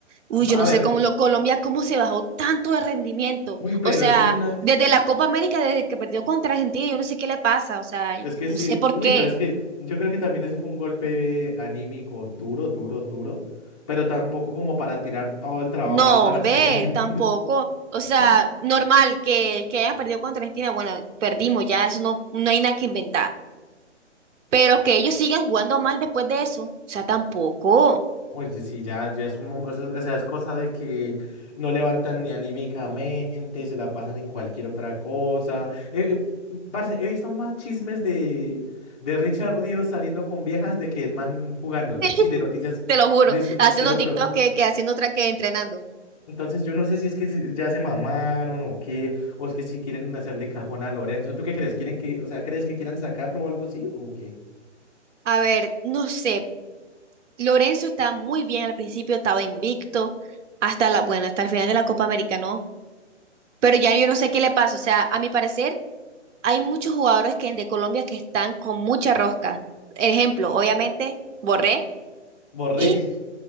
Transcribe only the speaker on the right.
Uy, yo
no
sé cómo lo, Colombia, cómo se bajó tanto de rendimiento.
O sea,
desde la Copa América, desde que perdió contra Argentina, yo no sé qué le pasa. O sea,
no
sé por
qué.
No,
hombre,
tampoco. O sea,
normal que, que hayan perdido contra Argentina. Bueno, perdimos ya, eso no, no hay nada que inventar. Pero que ellos sigan jugando mal después de eso, o sea, tampoco.
<laughs>
Te lo juro,
haciendo
TikTok
que, que haciendo otra que entrenando.
A ver, no sé, Lorenzo estaba muy bien al principio, estaba invicto hasta la, bueno, hasta el final de la Copa América, ¿no? Pero ya yo no sé qué le pasa, o sea, a mi parecer hay muchos jugadores que de Colombia que están con mucha rosca. Ejemplo, obviamente, Borré
y